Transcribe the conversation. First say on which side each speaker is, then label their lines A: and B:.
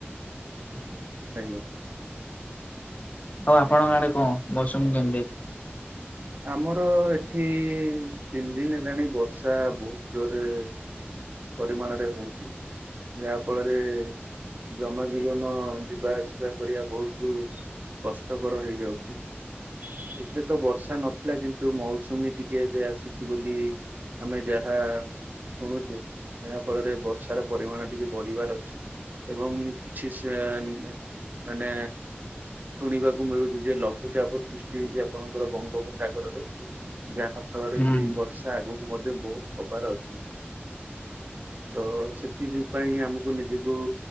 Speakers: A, on the left; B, on the right.
A: ହ <inaudible>
B: ଆଜ୍ଞା।
A: ଆଉ ଆପଣଙ୍କ ଆଡେ କଣ ମୌସୁମୀ କେମିତି?
B: ଆମର ଏଠି ତିନି ଦିନି ହେଲାଣି ବର୍ଷା ବହୁତ ଜୋରରେ ପରିମାଣରେ ହଉଛି ଯାହା ଫଳରେ ଜନଜୀବନ ଯିବା ଆସିବା କରିବା ବହୁତ କଷ୍ଟକର ହେଇଯାଉଛି ଏତେ ତ ବର୍ଷା ନଥିଲା କିନ୍ତୁ ମୌସୁମୀ ଟିକେ <unintelligible> ଏବେ ଆସିଛି ବୋଲି ଆମେ ଯାହା ଶୁଣୁଛୁ। ଯାହା ଫଳରେ ବର୍ଷାର ପରିମାଣ ଟିକେ ବଢିବାର ଅଛି। ଏବଂ କିଛିସାନ ମାନେ ଶୁଣିବାକୁ ମିଳୁଛି ଯେ ଲଘୁଚାପ ସୃଷ୍ଟି ହେଉଛି ଆପଣଙ୍କର ବଙ୍ଗୋପସାଗରରେ ଯାହା ଫଳରେ
A: ହୁଁ।
B: କି ବର୍ଷା ବର୍ଷା ଆଗକୁ ମଧ୍ୟ ବହୁତ ହବାର ଅଛି। ତ ସେଥି ବି ପାଇଁ ଆମକୁ ନିଜକୁ